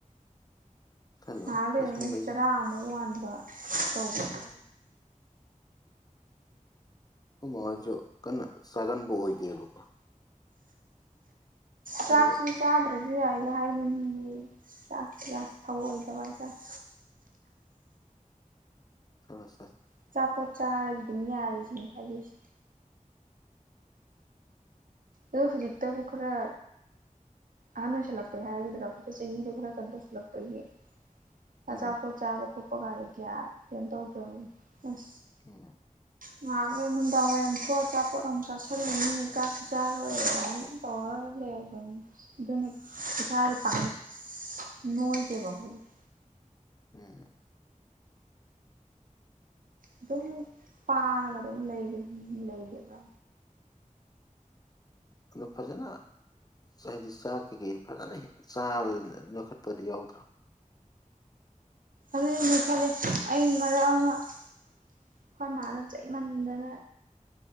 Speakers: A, on the left (about 30°); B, on the right (about 80°).
A: ꯆꯥꯁꯜꯂꯣꯏ
B: ꯅꯍꯥꯛ ꯂꯩꯔꯒ
A: ꯆꯥꯁꯟꯕꯩꯗꯤ
B: ꯑꯃꯨꯛ ꯆꯥꯔ ꯑꯃꯨꯛ ꯋꯥꯟꯕ ꯇꯧꯕ
A: ꯎꯝ ꯑꯩꯈꯣꯏ ꯃꯥꯍꯣꯏꯁꯨ ꯀꯟꯅ ꯆꯥꯒꯟꯕ ꯑꯣꯏꯗꯦꯕꯀꯣ ꯑꯗꯨꯒ
B: ꯆꯥꯛꯁꯤꯁꯨ ꯆꯥꯗ꯭ꯔꯥꯁꯨ ꯌꯥꯏꯍꯦ ꯍꯥꯏꯕ ꯃꯤꯅꯤ ꯑꯩ ꯆꯥꯛ ꯌꯥꯝ ꯊꯧꯑꯣꯏꯗꯕ ꯍꯥꯏꯇꯔꯦ
A: ꯑꯁꯥ ꯑꯁꯥ
B: ꯑꯆꯥꯄꯣꯠ ꯆꯥꯔꯗꯤ ꯑꯗꯨꯝ ꯌꯥꯔꯦꯁꯤꯅꯤ ꯈꯜꯂꯤꯁꯦ ꯑꯗꯣ ꯍꯧꯖꯤꯛꯛꯇꯕꯨ ꯈꯔ ꯑꯍꯟ ꯑꯣꯏꯁꯤꯜꯂꯛꯄꯩ ꯍꯥꯏꯒꯗ꯭ꯔꯣ ꯈꯔ ꯆꯍꯤꯗꯣ ꯈꯔ ꯀꯩꯅꯣ ꯇꯧꯁꯤꯜꯂꯛꯄꯩ ꯑꯆꯥꯄꯣꯠ
A: ꯎꯝ
B: ꯆꯥꯕ ꯈꯣꯠꯄ ꯒꯥꯁꯦ ꯒꯌꯥ ꯀꯩꯝ ꯇꯧꯗ꯭ꯔꯕꯅꯦ ꯑꯁ
A: ꯎꯝ
B: ꯉꯥꯏꯍꯥꯛ ꯂꯩꯔꯒ ꯅꯨꯡꯗꯥꯡ ꯋꯥꯏꯔꯝ ꯊꯣꯛꯑꯥꯒ ꯑꯆꯥꯄꯣꯠ ꯑꯃꯨꯛ ꯆꯥꯁꯤꯜꯂꯅꯤ ꯆꯥꯛ ꯖꯥ ꯂꯣꯏꯔꯦꯅ ꯇꯧꯔ ꯂꯩꯔꯕꯅꯤ ꯑꯗꯨꯅ ꯏꯁꯥꯗꯤ <unintelligible> ꯅꯣꯏꯗꯦꯕ ꯑꯈꯣꯏꯖꯦ
A: ꯎꯝ
B: ꯑꯗꯨꯝ ꯄꯥꯔꯒ ꯑꯗꯨꯝ ꯂꯩꯔꯕꯅꯤ ꯂꯩꯔꯕ
A: ꯑꯗꯣ ꯐꯖꯅ ꯍꯥꯏꯗꯤ ꯆꯥꯛ ꯀꯩꯀꯩ ꯐꯖꯅ ꯆꯥꯕ ꯅꯣꯏꯈꯠꯄꯗꯤ ꯌꯥꯎꯗ꯭ꯔꯣ
B: ꯑꯗꯨꯅꯤ ꯅꯣꯏꯈꯠꯂꯦ ꯑꯩ ꯃꯔꯛ ꯑꯃ ꯑꯩꯈꯣꯏ ꯃꯥꯅ ꯆꯩꯃꯟꯗꯅ